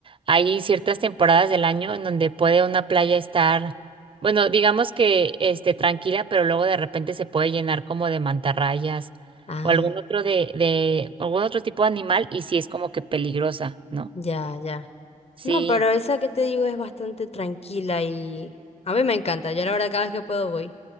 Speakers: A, on the right; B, on the left.
A: hay ciertas temporadas del año en donde puede una playa estar, bueno, digamos que este tranquila, pero luego de repente se puede llenar como de mantarrayas
B: Ah,
A: o algún otro de, de algún otro tipo de animal y si es como que peligrosa, ¿no?
B: ya, ya.
A: Sí.
B: No, pero esa que te digo es bastante tranquila y a mí me encanta. Yo la verdad cada vez que puedo voy.